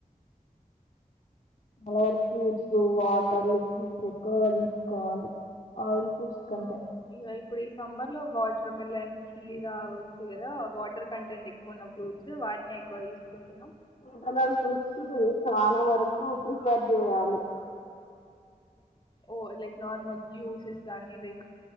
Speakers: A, on the left; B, on the left.
A: అలావరకు ఫ్రూట్స్ వాటర్ లిక్విడ్స్ ఎక్కువగా తీసుకోవాలి ఆయిల్ ఫుడ్స్ కంటే
B: ఆ ఇగా ఇప్పుడు ఈ సమ్మర్ లో వా ఎట్లామలం కీరా వస్తే కదా వాటర్ కంటెంట్ ఎక్కువన్న ఫ్రూట్స్ వాటిని ఎక్కువ తీసుకుంటున్నాం
A: సీజనల్ ఫ్రూట్స్ చాలా వరకు ప్రిఫేర్ చేయాలి
B: ఓ లైక్ నార్మల్ జ్యూసెస్ గానీ లైక్